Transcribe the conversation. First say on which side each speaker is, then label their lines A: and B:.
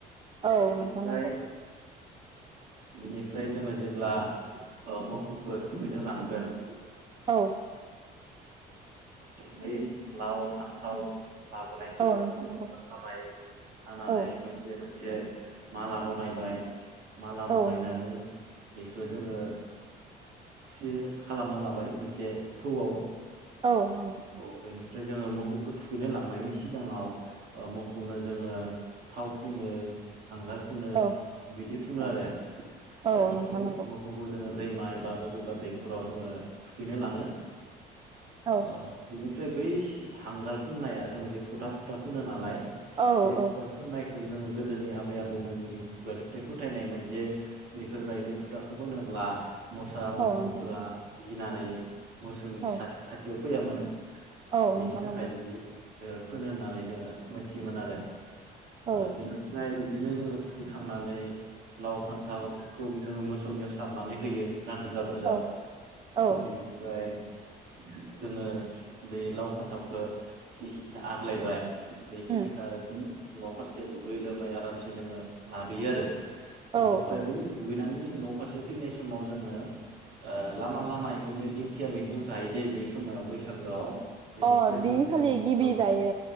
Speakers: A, on the right; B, on the right.
A: औ
B: बेनिफ्राय
A: नोंथां <inaudible>
B: बिनिफ्राय जोङो जेब्ला ओ मोखौखो जोंङो थुखैनो लांगोन।
A: औ
B: बै लाव फान्थाव। लाबोनायखो
A: औ
B: जोङो
A: नोंथां
B: फु
A: नंगौ
B: हाबाय हानानै
A: औ
B: मोनसे से माला बनायबाय माला
A: औ
B: बनायनानै
A: नोंथां
B: बेखो जोङो सि खालामना लाबाय मोनसे थौआव।
A: औ नंगौ
B: अ बेनिफ्राय जोङो मोखौखो थुखैनो लांनायनि सिगाङाव। ओ मोखौनो जोङो थाव फुनो। हांगार फुनो
A: औ
B: बिदि फुनो
A: औ
B: आरो
A: औ
B: बेनिफ्राय।
A: नोंथां नंगौ
B: खौबो जोङो दैमा एबा बबेबा दैखराव जोङो थुखैनो लाङो।
A: औ
B: ओ बिनिफ्राय बै हांगार फोननाया जों जे फुथा फुथा फोनो नालाय
A: औ
B: बे
A: औ
B: फुथा फुननायखौ जोङो गोदोनि आबै आबौमोननि खुगानिफ्राय फोथायनायमोन जे बेफोरबायदि फुथाखौ फोनोब्ला मोसा मुफुरफोरा
A: औ नोंथां नंगौ
B: गिनानै मोसौनि
A: औ
B: खाथियाव फैयामोन
A: औ
B: बेनि
A: नोंथां
B: थाखाय
A: नंगौ
B: बिदि ओ फोनो होननानै जोङो मोनथियोमोन आरो
A: औ
B: ओ बेनिफ्राय बिदिनो जोङो थुखैखांनानै लाव फान्थावखौ जोङो मोसौनियाव सारनानै होयो गान रोजाब रोजाब
A: औ औ
B: ओ बेनिफ्राय जोङो बे लाव फान्थावखौ जिखिनि आग्लायबाय बेखिनिखौ
A: उम
B: आरो न' फारसे दुगै लोमै आरामसे जोङो लाबोयो आरो बेनिफ्राय
A: औ औ
B: बै दुगैनानै न' फारसे फैनाय समाव जोङो ओ लामा लामा बिदिनो दिंखिया मैगं जायो दै बै समाव बैसागोआव बेनिफ्राय
A: अ बिखालि
B: दिंखिया
A: गिबि
B: औ
A: जायो